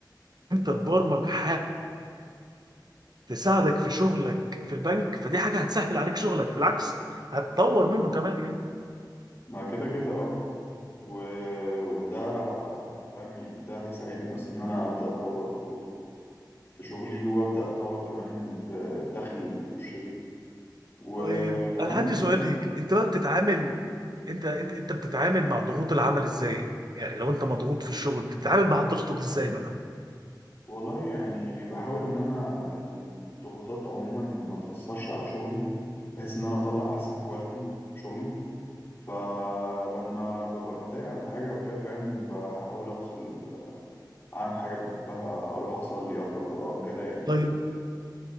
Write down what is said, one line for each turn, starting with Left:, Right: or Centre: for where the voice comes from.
Right: انت تبرمج حاجه تساعدك في شغلك في البنك فدي حاجه هتسهل عليك شغلك بالعكس هتطور منه كمان يعني
Left: ما كده كده اه و... وده فاهم يعني ده هيساعدني أصلا إن أنا أبدأ أطور في شغلي وأبدأ أطور كمان في الدخل اللي بيخش لي وكمان
Right: طيب انا عندي سؤال ليك انت بقى بتتعامل انت انت انت بتتعامل مع ضغوط العمل ازاي؟ يعني لو انت مضغوط في الشغل بتتعامل مع الضغط ده ازاي بقى؟
Left: والله يعني بحاول إن أنا الضغوطات عموما ما تأثرش على شغلي بحيث إن أنا أطلع أحسن كواليتي في شغلي فلما ببقى متضايقة من حاجة وكده فاهم بحاول أفصل أعمل حاجة بحبها أروح أصلي أقرأ قرآن كده يعني الحاجات
Right: طيب